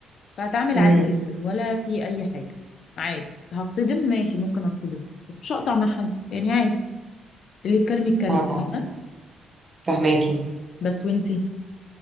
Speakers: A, on the left (about 55°); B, on the right (about 25°).
A: فهتعامل
B: امم
A: عادي جدا ولا في اي حاجه عادي هتصدم ماشي ممكن اتصدم بس مش هقطع مع حد يعني عادي اللي يتكلم يتكلم
B: اه
A: فاهمه
B: فهماكي
A: بس وانتي